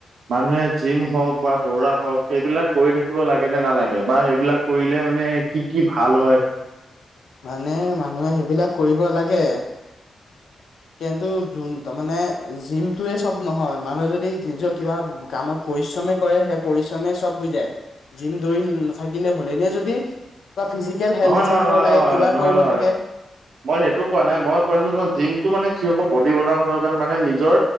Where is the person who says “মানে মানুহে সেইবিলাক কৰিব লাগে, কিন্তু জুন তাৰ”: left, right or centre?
Left